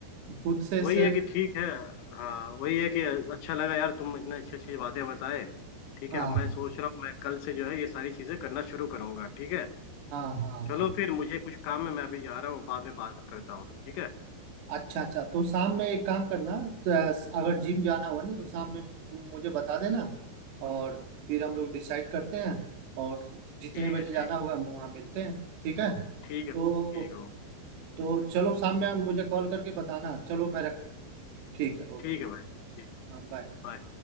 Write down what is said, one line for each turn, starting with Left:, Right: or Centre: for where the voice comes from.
Right: खुद से
Left: वही
Right: सेल्फ
Left: है कि ठीक है हाँ वही है कि अच्छा लगा यार तुम इतने अच्छी अच्छी बातें बताए ठीक
Right: हाँ
Left: है अब मैं सोच रहा हूँ मैं कल से जो है ये सारी चीजें करना शुरू करूंगा ठीक है
Right: हाँ हाँ हाँ
Left: चलो फिर मुझे कुछ काम है मैं अभी जा रहा हूँ बाद में बात करता हूँ ठीक है
Right: अच्छा अच्छा तो शाम में एक काम करना तो अगर जिम जाना हुआ ना तो शाम में तुम मुझे बता देना और फिर हम लोग डिसाइड करते हैं और जितने
Left: ठीक
Right: बजे
Left: है
Right: जाना
Left: ठीक है
Right: होगा हम वहाँ मिलते हैं ठीक है तो
Left: ठीक है ठीक है
Right: तो चलो शाम में आप मुझे कॉल करके बताना चलो मैं रख ठीक है ओके
Left: ठीक है भाई ठीक है
Right: हाँ बाय
Left: बाय